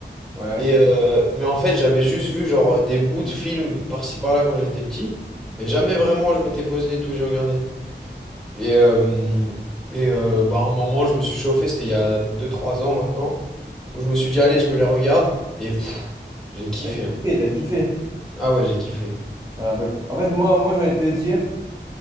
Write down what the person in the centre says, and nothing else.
Et euh, mais en fait, j'avais juste vu genre euh, des bouts de films par-ci par-là quand j'étais petit, mais jamais vraiment je m'étais posé et tout, j'ai regardé. Et euh, et euh, bah à un moment, je me suis chauffé, c'était il y a deux trois ans maintenant, où je me suis dit allez, je me les regarde et pff, j'ai kiffé.
hein.
Ah ouais, j'ai kiffé.